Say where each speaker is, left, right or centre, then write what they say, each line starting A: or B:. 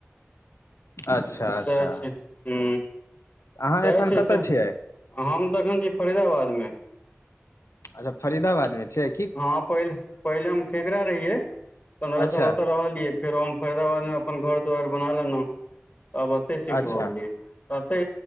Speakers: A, on the left; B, on the left.
A: अच्छा
B: तसैह
A: अच्छा
B: छै। हूँ।
A: अहाँ
B: सएह
A: एखन
B: छै
A: कतय
B: तऽ।
A: छियै
B: हम तखन छी फरीदाबादमे।
A: अच्छा फरीदाबादमे छै।
B: हँ पहिल पहिले। हम ठेकरा रहिये पंन्द्रह
A: अच्छा
B: साल ओतऽ रहलिये। फेरो हम फरीदाबादमे अपन घर दुआरि बना लेलहुँ। आब ओते शिफ्ट
A: अच्छा
B: भऽ गेलै। तते